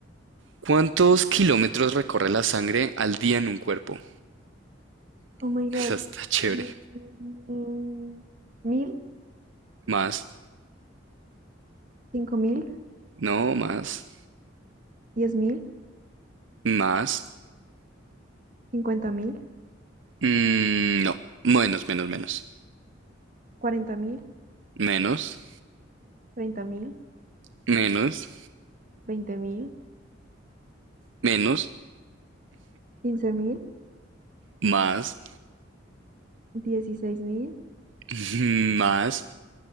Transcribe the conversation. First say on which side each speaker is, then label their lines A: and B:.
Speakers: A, on the right (about 75°); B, on the right (about 45°).
A: ¿Cuántos kilómetros recorre la sangre al día en un cuerpo? <laughs>
B: Oh my God.
A: Esa está chévere.
B: Mm, Mil,
A: Más,
B: cinco mil,
A: no, más,
B: diez mil,
A: más,
B: cincuenta mil,
A: mm, no, menos, menos, menos,
B: cuarenta mil,
A: menos,
B: treinta mil,
A: menos,
B: veinte mil,
A: menos,
B: quince mil,
A: más,
B: dieciséis mil,
A: <laughs> más,